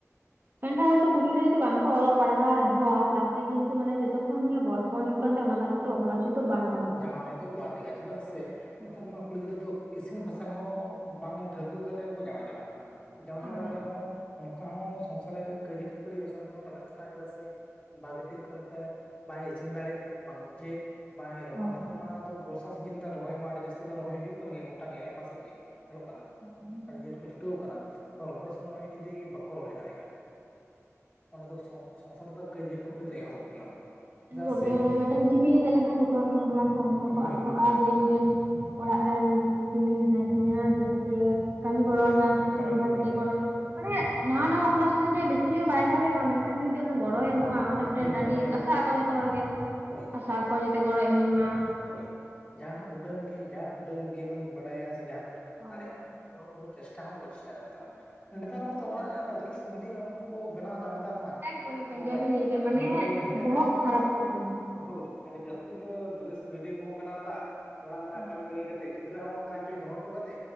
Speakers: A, on the right; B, on the left.
A: ᱢᱮᱱᱠᱷᱟᱱ ᱦᱚᱭᱛᱚ ᱠᱩᱲᱤ ᱜᱤᱫᱽᱨᱟᱹ ᱡᱩᱫᱤ ᱵᱟᱝᱠᱚ ᱚᱞᱚᱜ ᱯᱟᱲᱦᱟᱜ ᱨᱮᱦᱚᱸᱼᱼ ᱛᱟᱦᱚᱞᱮ ᱠᱤᱱᱛᱩ ᱢᱟᱱᱮ ᱡᱚᱛᱚᱠᱷᱚᱱ ᱱᱤᱭᱟᱹ ᱵᱚᱭᱚᱥ ᱵᱚᱱ ᱦᱩᱭᱩᱜ ᱠᱟᱱ ᱛᱟᱦᱮᱸᱟ ᱚᱱᱟ ᱨᱮᱫᱚ ᱵᱟᱯᱞᱟ ᱩᱪᱤᱛ ᱫᱚ ᱵᱟᱝᱼᱼ
B: ᱡᱟᱢᱶᱟᱭ ᱫᱚ ᱵᱟᱝ ᱴᱷᱤᱠᱟᱼᱼ ᱪᱮᱫᱟᱜ ᱥᱮ
A: ᱦᱳᱭ
B: ᱱᱮᱛᱟᱨ ᱢᱟ ᱠᱩᱲᱤ ᱜᱤᱫᱽᱨᱟᱹ ᱫᱚ ᱱᱚᱣᱟ ᱠᱩᱲᱤ ᱜᱤᱫᱽᱨᱟᱹ ᱫᱚ ᱤᱥᱤᱱ ᱵᱟᱥᱟᱝ ᱦᱚᱸ ᱵᱟᱝ ᱴᱷᱟᱹᱣᱠᱟᱹ ᱠᱟᱛᱮ ᱜᱮᱠᱚ ᱡᱟᱣᱭᱟ ᱪᱟᱞᱟᱜᱼᱼ ᱠᱟᱱᱟ ᱡᱟᱶᱟᱭ
A: ᱦᱳᱭ
B: ᱚᱲᱟᱜ ᱨᱮᱦᱚᱸᱼᱼ ᱱᱚᱝᱠᱟ ᱦᱚᱸ ᱥᱚᱝᱥᱟᱨ ᱨᱮ ᱠᱟᱭᱦᱟ ᱠᱷᱟᱹᱯᱟᱹᱨᱤ ᱚᱥᱟᱱᱛᱤ ᱦᱚᱸ ᱠᱟᱱᱟ ᱪᱮᱫᱟᱜ ᱥᱮ ᱵᱷᱟᱹᱜᱤ ᱴᱷᱤᱠ ᱠᱚ ᱢᱮᱛᱟᱭᱟᱼᱼ ᱵᱟᱭ ᱤᱥᱤᱱ ᱫᱟᱲᱮᱜ, ᱵᱟᱝ ᱪᱮᱫ, ᱵᱟᱭ ᱨᱚᱦᱚᱭ,
A: ᱦᱳᱭ
B: ᱱᱮᱛᱟᱨ ᱢᱟ ᱟᱫᱚ ᱵᱚᱥ <unintelligible> <inaudible> ᱨᱚᱦᱚᱭ ᱢᱟ ᱟᱹᱰᱤ ᱡᱟᱹᱥᱛᱤ ᱜᱮ ᱨᱚᱦᱚᱭ ᱦᱩᱭᱩᱜ ᱠᱟᱱ ᱜᱮᱭᱟ ᱜᱚᱴᱟ ᱜᱮ ᱟᱭᱢᱟ ᱥᱮᱫ ᱜᱮ ᱧᱮᱞᱚᱜ ᱠᱟᱱᱟ
A: ᱦᱳᱭ
B: ᱟᱹᱰᱤ ᱡᱳᱨ ᱠᱚ ᱪᱷᱩᱴᱟᱹᱣ ᱠᱟᱱᱟ ᱨᱚᱦᱚᱭ ᱥᱚᱢᱚᱭ ᱫᱚ ᱡᱩᱫᱤ ᱵᱟᱠᱚ ᱨᱚᱦᱚᱭ ᱫᱟᱲᱮᱜᱼᱟ ᱚᱱᱸᱰᱮ ᱫᱚ ᱥᱚᱝᱥᱟᱨ ᱫᱚ ᱠᱟᱹᱭᱡᱟᱹ ᱠᱷᱟᱹᱯᱟᱹᱨᱤ ᱫᱚ ᱮᱦᱚᱵᱚᱜ ᱜᱮᱭᱟ ᱚᱸᱰᱮ ᱫᱚ
A: ᱮᱦᱚᱵᱚᱜ
B: ᱪᱮᱫᱟᱜ ᱥᱮ
A: ᱜᱮᱭᱟ ᱚᱱᱮ ᱢᱤᱫᱴᱟᱝ ᱪᱤᱢᱤᱱᱮ ᱦᱮᱡ ᱞᱮᱱᱠᱷᱟᱱ ᱡᱚᱛᱚ ᱦᱚᱲᱜ ᱦᱟᱱᱟᱦᱟᱨ ᱥᱮ ᱦᱚᱧᱦᱟᱨ ᱠᱚ
B: ᱦᱳᱭ
A: ᱟᱠᱚ
B: ᱦᱳᱭ ᱦᱳᱭ
A: ᱡᱮ ᱤᱧᱨᱮᱱ ᱚᱲᱟᱜ ᱨᱮᱱ ᱠᱤᱢᱤᱱ ᱦᱮᱱᱟᱭ ᱛᱤᱧᱟ <inaudible> ᱠᱟᱹᱢᱤ ᱜᱚᱲᱚᱣᱧᱟ
B: ᱦᱳᱭ
A: ᱥᱮ ᱛᱩᱫ
B: ᱠᱟᱹᱢᱤ
A: ᱨᱚᱦᱚᱭᱠᱟᱛᱮᱫ
B: ᱜᱚᱲᱚᱣᱟᱹᱧᱟᱹ
A: ᱠᱟᱴᱤᱡ ᱜᱚᱲᱚ ᱢᱟᱱᱮ ᱱᱟᱣᱟ ᱱᱟᱣᱟ ᱵᱟᱯᱞᱟ ᱥᱚᱢᱚᱭ ᱡᱮ ᱵᱮᱥᱤ ᱵᱟᱭ ᱠᱟᱢᱤ ᱨᱮᱸᱦᱚ ᱢᱟᱱᱮ ᱟᱱ ᱡᱩᱫᱤ ᱜᱚᱲᱚᱭ
B: ᱦᱳᱭ
A: ᱮᱢᱚᱜᱼᱟ ᱚᱱᱟ ᱢᱤᱫ
B: ᱦᱳᱭ
A: ᱴᱟᱝ
B: ᱜᱚᱲᱚᱭᱟᱢ
A: ᱟᱹᱰᱤ
B: ᱦᱳᱭ
A: ᱡᱚᱛᱚ ᱦᱚᱲ ᱜᱮ
B: ᱦᱳᱭ
A: ᱟᱥᱟ ᱟᱠᱚ ᱡᱟᱛᱮ ᱜᱚᱲᱚ ᱤᱢᱟᱹᱧ ᱢᱟ
B: ᱦᱳᱭ ᱡᱟᱸᱦᱟ ᱩᱰᱟᱹᱝ ᱜᱮ ᱥᱮ ᱡᱟᱸ ᱦᱟᱸ ᱩᱰᱟᱹᱝ ᱜᱮᱵᱮᱱ ᱵᱟᱰᱟᱭᱟ ᱥᱮ ᱡᱟᱸᱦᱟ
A: ᱦᱳᱭ
B: ᱫᱟᱲᱮᱜ-ᱟ
A: ᱦᱳᱭ
B: ᱩᱱᱟᱹᱜ ᱴᱩᱠᱩ ᱪᱮᱥᱴᱟ ᱦᱚᱸ ᱵᱟᱠᱚ ᱪᱮᱥᱴᱟᱭ ᱫᱟ ᱱᱮᱛᱟᱨ ᱢᱟ ᱱᱮᱛᱟᱨ ᱢᱟᱛᱚ ᱚᱲᱟᱜ ᱨᱮ ᱚᱠᱟ ᱨᱤᱞᱥ ᱵᱷᱤᱰᱤᱭᱳ ᱮᱢᱚᱱ ᱠᱚ ᱵᱮᱱᱟᱣ ᱮᱫᱟ ᱱᱮᱛᱟᱨ ᱢᱟ
A: ᱮᱠᱫᱚᱢ ᱮᱠᱫᱚᱢ
B: ᱢᱳᱵᱟᱭᱤᱞ
A: ᱡᱟᱵᱤᱱ ᱞᱟᱹᱭ ᱠᱮᱜᱼᱟ ᱢᱟᱱᱮ
B: ᱢᱳᱵᱟᱭᱤᱞ ᱦᱮᱡ ᱠᱟᱛᱮᱫ
A: ᱵᱚᱦᱚᱜ
B: ᱦᱚᱸ
A: ᱠᱷᱟᱨᱟᱯᱚᱜ ᱛᱟᱵᱤᱱᱟ
B: ᱦᱳᱭ ᱟᱹᱰᱤ ᱡᱟᱹᱥᱛᱤ ᱫᱚ ᱵᱨᱮᱥ ᱵᱷᱤᱰᱭᱳ ᱠᱚ ᱵᱮᱱᱟᱣ ᱫᱟ ᱚᱲᱟᱜ ᱨᱮᱱᱟᱜ
A: ᱦᱳᱭ
B: ᱠᱟᱹᱢᱤ ᱵᱟᱹᱜᱤ ᱠᱟᱛᱮ ᱾ ᱜᱤᱫᱽᱨᱟᱹ ᱦᱚᱸ ᱟᱠᱟ ᱨᱮᱪᱚᱭ ᱫᱚᱦᱚᱴᱚ ᱠᱟᱫᱮ